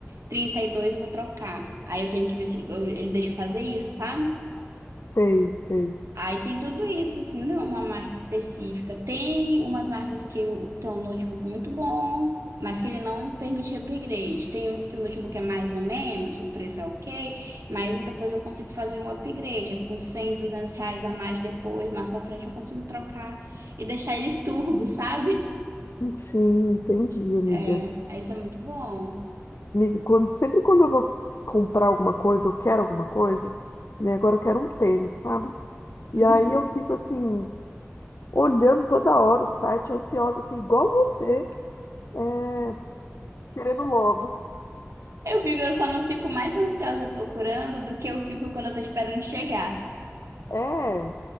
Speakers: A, on the right; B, on the left.
A: 32 eu vou trocar. Aí eu tenho que ver se ele, eu- ele deixa eu fazer isso, sabe?
B: Sei, sei.
A: Aí tem tudo isso, assim, não é uma marca específica. Tem umas marcas que o- tem um notebook muito bom, mas que ele não permite upgrade. Tem uns que o notebook é mais ou menos, o preço é ok, mas depois eu consigo fazer um upgrade, é com 100 200 reais a mais depois, mais pra frente eu consigo trocar e deixar ele <laughs> turbo, sabe?
B: Sim, entendi, amiga.
A: É, aí isso é muito bom.
B: Amiga, quando, sempre quando eu vou comprar alguma coisa, eu quero alguma coisa, né? Agora eu quero um tênis, sabe? E
A: Uhum.
B: aí eu fico assim, olhando toda hora o site, ansiosa, assim, igual você. é, Querendo logo.
A: Eu vivo, eu só não fico mais ansiosa procurando do que eu fico quando eu tô esperando chegar.
B: É,